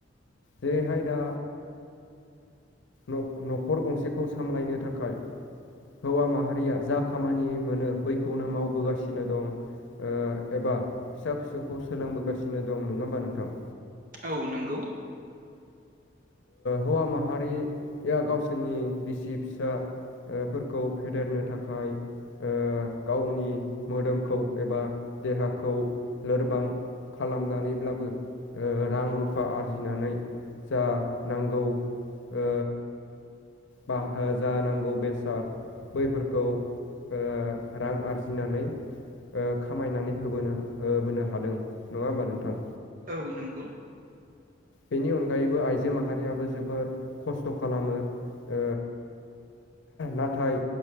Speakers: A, on the left (about 70°); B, on the right (about 45°).
A: जेरैहाय दा न'-न'खर गंसेखौ सामलायनो थाखाय हौवा माहारिया जा खामानि मोनो बैखौनो मावबोगासिनो दं। ओ एबा फिसा-फिसौखौ सोलोंबोगासिनो दं नङा होमबा नोंथां।
B: औ नंगौ
A: हौवा माहारि गावसोरनि बिसि फिसा फोरफोरखौ फेदेरनो थाखाय ओ गावनि मोदोमखौ एबा देहाखौ लोरबां खालामनानैब्लाबो ओ रां रुफा आरजिनानै जा नांगौ ओ बा ओ जानांगौ बेसाद बैफोरखौ ओ रां आरजिनानै ओ खामायनानै होबोनो होबोनो हादों नङा होमबा नोंथां
B: औ नंगौ
A: बेनि अनगायैबो आइजो माहारियाबो जोबोर खस्थ' खालामो। ओ नाथाय